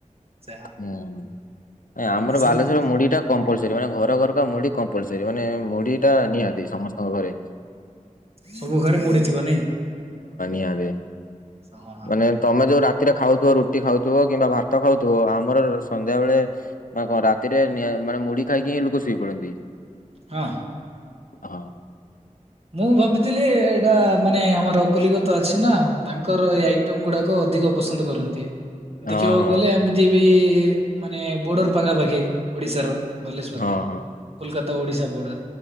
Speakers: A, on the right; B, on the left.
A: ସେୟା
B: ଉଁ ନାଇଁ ଆମର
A: ଓଡିଶାରେ
B: ବାଲେଶ୍ୱରରେ
A: ତ କୁହନି
B: ମୁଢିଟା କମ୍ପ କମ୍ପଲ୍ସରୀ ମାନେ ଘରେ ଘରେ ତ ମୁଢି କମ୍ପଲ୍ସରୀ ମାନେ ମୁଢି ଟା ନିହାତି ସମସ୍ତଙ୍କ ଘରେ।
A: ସବୁ ଘରେ ମୁଢି ଥିବ ନାଇଁ?
B: ନା ବେ
A: ହଁ ହଁ
B: ମାନେ ତମେ
A: ବଢିଆ
B: ଯୋଉ ରା ରାତିରେ ଖାଉଥିବ ରୁଟି ଖାଉଥିବ କିମ୍ବା ଭାତ ଖାଉଥିବ ଆମର ସନ୍ଧ୍ୟାବେଳେ ଆଉ କଣ ରାତିରେ ନିହା ମାନେ ମୁଢି ଖାଇକି ହିଁ ଲୋକ ଶୋଇ ପଡନ୍ତି।
A: ହଁ।
B: ହଁ।
A: ମୁଁ ଭାବିଥିଲି ଏଇଟା ମାନେ ଆମର କଲିକତା ଅଛି ନାଁ ତାଙ୍କର ଏଇ ଆଇଟମ୍ ଗୁଡାକ ଅଧିକ ପସନ୍ଦ କରନ୍ତି।
B: ହଁ
A: ଦେଖିବାକୁ
B: ହଁ
A: ଗଲେ ଏମିତି ବି ମାନେ ବୋର୍ଡର ପାଖାପାଖି ଓଡିଶାର। ବାଲେଶ୍ଵର
B: ହଁ
A: ଟା କୋଲକାତା ଓଡିଶା ବୋର୍ଡର